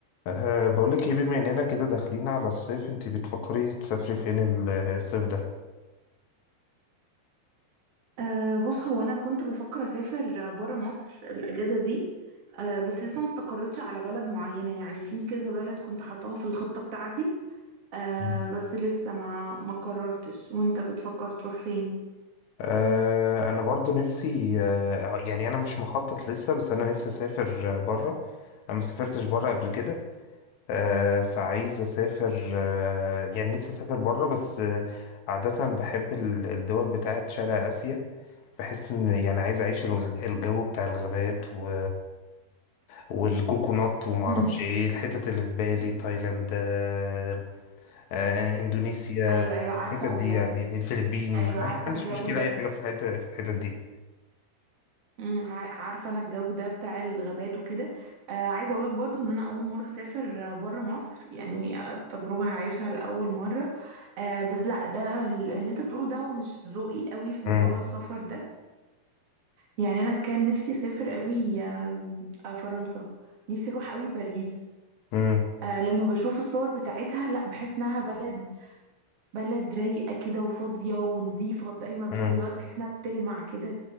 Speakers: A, on the left (about 85°); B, on the right (about 50°).
A: أه بقولك ايه بما اننا كده داخلين على الصيف انت بتفكري تسافري فين ال- الصيف ده
B: أه بص هو أنا كنت بفكر أسافر برا مصر الأجازة دي أه بس لسه ما استقرتش على بلد معينة يعني في كذا بلد كنت حطاها في الخطة بتاعتي أه
A: مم.
B: بس لسه ما ما قررتش وأنت بتفكر تروح فين؟
A: أه انا برضو نفسي أه يعني انا مش مخطط لسه بس انا نفسي اسافر بره انا ما سافرتش بره قبل كده أه فعايز اسافر أه يعني نفسي اسافر بره بس أه عادة بحب ال- الدول بتاعت شرق اسيا بحس ان يعني عايز اعيش الغ- الجو بتاع الغابات و والكوكونات وما
B: مم.
A: اعرفش ايه الحتت اللي في بالي تايلاند آه، آه، اندونيسيا
B: ايوه ايوه عارفه
A: الحتت دي
B: ال...
A: يعني الفلبين
B: ايوه
A: ما
B: عارفه
A: عندي- ما عنديش
B: الجو
A: مشكلة
B: ده
A: اي حاجة في الحتة في الحتت دي
B: امم ع- عارفه انا الجو ده بتاع الغابات وكده آه عايزه اقولك برضو ان انا اول مره اسافر بره مصر يعني آه، التجربه هعيشها لاول مره آه بس لا ده ال- اللي انت بتقوله ده هو مش ذوقي قوي في موضوع
A: مم.
B: السفر ده يعني انا كان نفسي اسافر قوي آم، آه فرنسا نفسي اروح قوي باريس
A: مم.
B: آه لما بشوف الصور بتاعتها لا بحس انها بلد بلد رايقة كده وفاضية ونظيفة دايما
A: مم.
B: طول الوقت بحس انها بتلمع كده